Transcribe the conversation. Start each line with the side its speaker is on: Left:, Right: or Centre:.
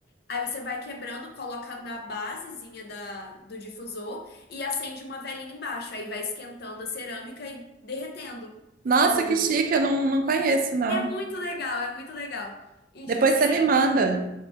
Left: Aí você vai quebrando, coloca na basezinha da, do difusor e acende uma velinha embaixo. Aí vai esquentando a cerâmica e derretendo.
Right: Nossa,
Left: O...
Right: que chique, eu não, não conheço, não.
Left: É muito legal, é muito legal. E
Right: Depois
Left: tipo assim.
Right: você me manda.